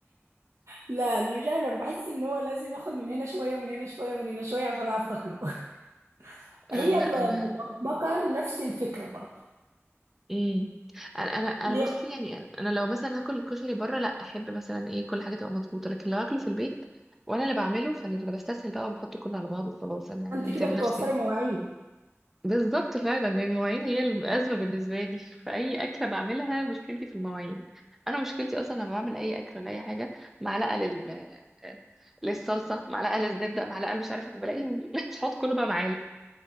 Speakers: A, on the right; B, in the centre.
A: لا انا مش عارفه انا بحس ان هو لازم اخد من هنا شويه ومن هنا شويه ومن هنا شويه عشان اعرف اكله <laughs> هي
B: آه، لا
A: المبكبكه
B: انا
A: نفس الفكره برضه
B: امم انا انا انا
A: اللي
B: بصي
A: هي
B: يعني انا أنا لو مثلا هاكل الكشري بره لا احب مثلا ايه كل حاجه تبقى مظبوطه لكن لو هاكله في البيت وانا اللي بعمله فانا فأنا بستسهل بقى وبحطه كله على بعضه وخلاص انا يعني
A: انت كده
B: سايب
A: بتوفري
B: نفسي ليه.
A: مواعين
B: بالظبط فعلا لان المواعين هي الازمه بالنسبه لي <laughs> فاي اكله بعملها مشكلتي في المواعين انا مشكلتي اصلا لما بعمل اي اكل ولا اي حاجه معلقه لل للصلصه معلقه للزبده معلقه مش عارفه إيه، فبلاقي ال- <laughs> الحوض كله بقى معالق